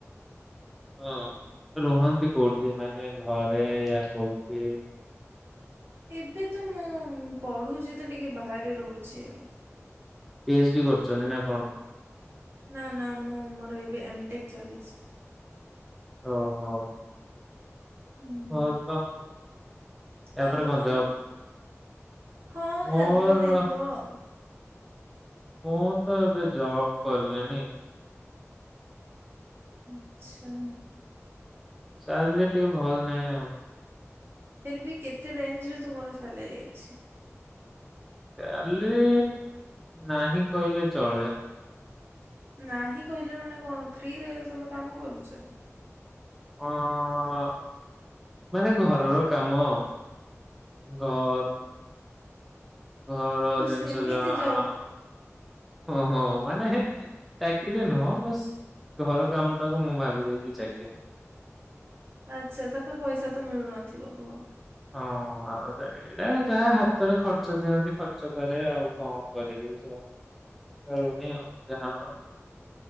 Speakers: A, in the centre; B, on the right (about 50°).
A: ହଁ ରୁହନ୍ତି କୋଉଠି ମାନେ ଘରେ ୟା କୋଉଠି?
B: ଏବେ ତ ମୁଁ ପଢୁଛି ତ ଟିକେ ବାହାରେ ରହୁଛି ଆଉ।
A: ପି ଏଚ୍ ଡି କରୁଛନ୍ତି ନା କଣ?
B: ନା ନା ମୁଁ ମୋର ଏବେ ଏମଟେକ୍ ଚାଲିଛି।
A: ଓହୋ।
B: ହୁଁ
A: <unintelligible> ୟା
B: ଆଉ
A: ପରେ
B: ତୁମର
A: କଣ ଜବ୍?
B: ହଁ
A: ମୋର
B: ହେବ୍ ହେବ ଆଉ।
A: ମୁଁ ତ ଏବେ ଜବ୍ କଲିଣି।
B: ଆଚ୍ଛା।
A: ସାଲରି ଟିକେ ଭଲ ନାହିଁ ଆଉ।
B: ଫିର୍ବି କେତେ ରେଞ୍ଜରେ ତୁମର ସାଲାରି ଅଛି?
A: ସାଲରି ନାହିଁ କହିଲେ ଚଳେ।
B: ନାହିଁ କହିଲେ ମାନେ କଣ ଫ୍ରିରେ ତମେ କାମ କରୁଚ?
A: ଅଁ ମାନେ ଘରର କାମ ଘର୍ ଘର
B: ଓ
A: ଜିନିଷ
B: ସେମିତି
A: ଯାଅ
B: ଜବ୍
A: ଆଣ ଓହୋ ମାନେ ଚାକିରି ନୁହଁ ବାସ୍ ଘର କାମ ଟାକୁ ମୁଁ ଭାବି ଦେଇଛି ଚାକିରି।
B: ଆଚ୍ଛା ତାପାଇଁ ପଇସା ତ ମିଳୁନଥିବ କୁହ।
A: ହଁ ଆଉ <unintelligible> ଏଇଟା ଯାହା ହାତରେ ଖର୍ଚ୍ଚ ଦିଅନ୍ତି ଖର୍ଚ୍ଚ କରେ ଆଉ କଣ କରିବି ସ ସହି ହଉନି ଆଉ <unintelligible>